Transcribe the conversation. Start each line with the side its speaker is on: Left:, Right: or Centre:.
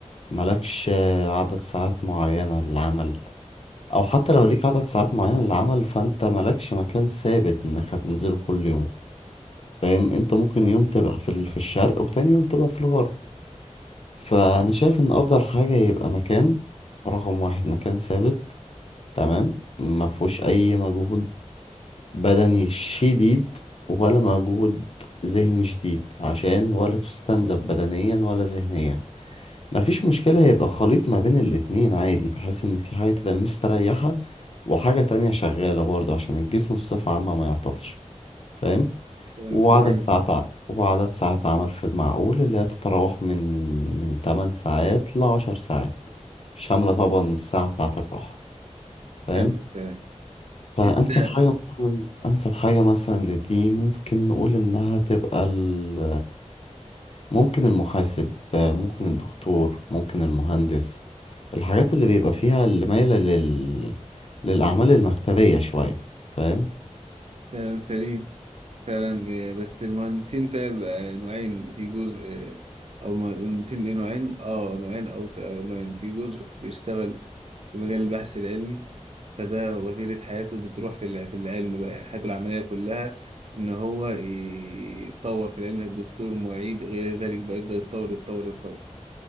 Left: مالكش آه، عدد ساعات معينة للعمل او حتى لو ليك عدد ساعات معينة للعمل فانت مالكش مكان ثابت انك هتنزله كل يوم فاهم انت ممكن
Right: صح.
Left: يوم تبقى في ال- في الشرق وتاني يوم تبقى في الغرب فانا شايف ان افضل حاجة يبقى مكان رقم واحد مكان ثابت تمام ما فيهوش اي مجهود بدني شديد ولا مجهود ذهني شديد عشان ولا تستنزف بدنيا ولا ذهنيا مفيش مشكلة يبقى خليط ما بين الاتنين عادي بحيث ان في حاجة تبقى مستريحة وحاجة تانية شغالة برضه عشان الجسم بصفة عامة ما يعطلش فاهم
Right: كلام
Left: وعدد
Right: سليم
Left: ساعات ع- وعدد ساعات عمل في المعقول اللي هي تتراوح من من 8 ساعات ل 10 ساعات شاملة طبعا الساعة بتاعة الراحة فاهم
Right: حلو الكلام
Left: فأنسب
Right: <laughs> ده
Left: حاجة مثلا أنسب حاجة مثلا لدي ممكن نقول إنها تبقى ال... ممكن المحاسب ممكن الدكتور ممكن المهندس الحاجات اللي بيبقى فيها اللي مايلة لل... للأعمال المكتبية شوية فاهم؟
Right: كلام سليم فعلا آه، بس المهندسين فيها بيبقى نوعين في جزء آه، او مهندسين ليه نوعين اه نوعين او ت- آه، نوعين في جزء بيشتغل في مجال البحث العلمي فده وتيرة حياته بتروح في الع- في العلم بقى يعني حياته العملية كلها إن هو يتطور في العلم الدكتور معيد غير ذلك بقى يبدأ يتطور يتطور يتطور